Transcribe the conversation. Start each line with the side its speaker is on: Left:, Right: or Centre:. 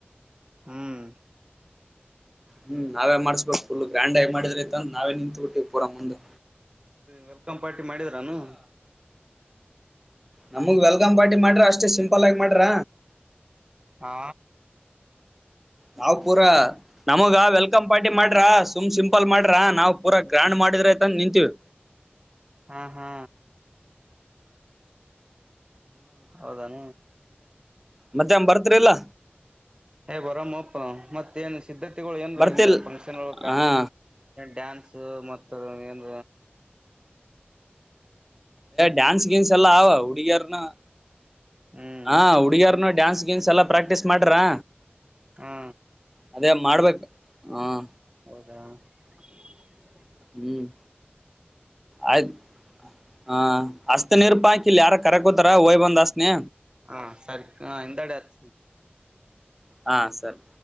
Right: ಹ್ಮ್
Centre: ಹ್ಮ್ ನಾವೇ ಮಾಡಸ್ಬೇಕು ಫುಲ್ ಗ್ರ್ಯಾಂಡ್ ಆಗಿ ಮಾಡಿದ್ರಿತ ನಾವೇ ನ ನಾವೇನ್ ನಿಂತ್ಬಿಟ್ಟಿದೀವಿ ಮುಂದೆ ಪೂರ ಮುಂದು
Right: ವಲ್ಕ ಕಂ ಪಾರ್ಟಿ ಮಾಡಿದ್ರಾನು
Centre: ನಮಗ್ ವೆಲ್ಕಮ್ ಪಾರ್ಟಿ ಮಾಡ್ರ ಅಷ್ಟೇ ಸಿಂಪಲ್ ಆಗಿ ಮಾಡ್ರ
Right: ಹಾ
Centre: ನಾವು ಪೂರಾ ನಮಗ ವೆಲ್ಕ್ ಪಾರ್ಟಿ ಮಾಡಿ ಸುಮ್ ಸಿಂಪಲ್ ಮಾಡ್ರಾ ನಾವ್ ಪೂರ ಗ್ರ್ಯಾಂಡ್ ಮಾಡಿದ್ರ ಆಯತ ನಿಂತೀವಿ
Right: ಹಾ ಹಾ ಹೌದಾನ
Centre: ಮತ್ತ್ಯಾ ಬರ್ತ್ರಿಲ್ಲಾ
Right: ಹೇಗೋರ್ಪ್ಪ ಮತ್ತೇನ್ ಸಿದ್ಧತೆಗಳು ಏನ್ರ
Centre: ಬರ್ತಿಲ್
Right: ಹಿಂಗ ಫಂಕ್ಷನ್ಕ
Centre: ಹಾ
Right: ಡ್ಯಾನ್ಸ್ ಮತ್ತ ಏನ್
Centre: ಡ್ಯಾನ್ಸ್ ಗಿನ್ಸ್ ಎಲ್ಲಾ ಆ ಹುಡುಗಿಯರ್ನು
Right: ಹ್ಮ್
Centre: ಹ ಹುಡುಗರ್ನು ಡ್ಯಾನ್ಸ್ ಗಿನ್ಸ್ ಎಲ್ಲಾ ಪ್ರಾಕ್ಟ ಪ್ರಕ್ಟೀಸ್ ಮಾಡ್ರಾ
Right: ಹಾ
Centre: ಅದೇ ಮಾಡ್ಬೇಕು ಹ್ಮ
Right: ಹ
Centre: ಹ್ಮ್ ಆಯ್ ಹ ಹಸ್ತ ನಿರಪ ಹಾಕಿ ಇಲ್ಲಿ ಯಾರ ಕರ ಗೊತ್ತ ರ ಹಯ್ ಬಂದ ಅಸ್ಥಿನಿ
Right: ಹಾ ಸರಿ ಎಂತಡೆ ಆತ
Centre: ಹಾ ಸರಿ